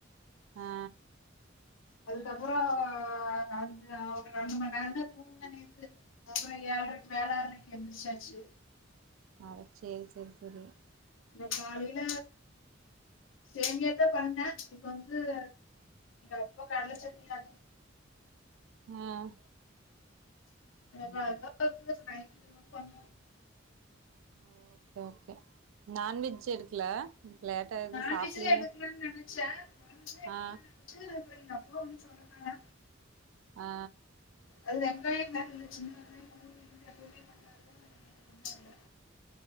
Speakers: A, on the right (about 85°); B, on the left (about 75°).
A: ஆ
B: அதுக்கப்புறம் அ்ச ஒரு ரெண்டு மணி நேரம்தான் தூங்க நேத்து அப்புறம் ஏழுரைக்கு வேளாக்கு எந்திரச்சாச்சு
A: அத சரி சரி சரி
B: நா காலையில சேமியாத்தான் பண்ணேன் இப்ப வந்துங்க அப்ப கடலை சட்டா
A: ஆஹ்
B: அத அத பண்ண
A: ஓகே ஓகே நான்வெஜ் எடுக்கல லேட்டா எது
B: நான்வெஜ்ஜும்
A: சாப்லின்னு
B: எடுக்கலாம்னு நினைச்சேன் நான்வஜஜும் எக்கலனு
A: ஆ
B: நினைச்சு அ அப்பா ஒன்னும் சொல்லறங்கள
A: ஆ
B: அது எங்க நா சின்ன வெங்காய எப்பவுமே <unintelligible> கொண்டாடுவோ கொண்டாடல